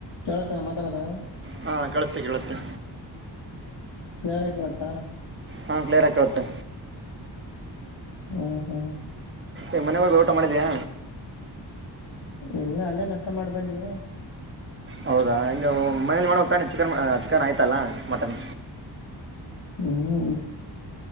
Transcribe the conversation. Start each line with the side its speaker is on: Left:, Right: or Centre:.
Left: ಕೇಳತಾನ ಮಾತಾಡದ
Right: ಹಾಂ ಕೇಳುತ್ತೆ ಕೇಳುತ್ತೆ
Left: ಕ್ಲಿಯರಗಿ ಕೇಳತ್ತಾ
Right: ಹಾ ಕ್ಲಿಯರ್ ಆಗ್ ಕೇಳುತ್ತೆ.
Left: ಹ್ಮ ಹ್ಮ್
Right: ಏ ಮನೆಗ್ ಹೋಗ್ ಊಟ ಮಾಡಿದ್ಯಾ.
Left: ಎಲ್ಲ ಅಲ್ಲೇ ನಷ್ಟ ಮಾಡ್ ಬಂದ್ವಿ.
Right: ಹೌದಾ ಇಲ್ಲಿ ಮನೇಲಿ ಮಾಡ ತಾನೆ ಚಿಕನ್ ಚಿಕನ್ ಆಯ್ತಲ್ಲ ಮಟನ್.
Left: ಹ್ಮ್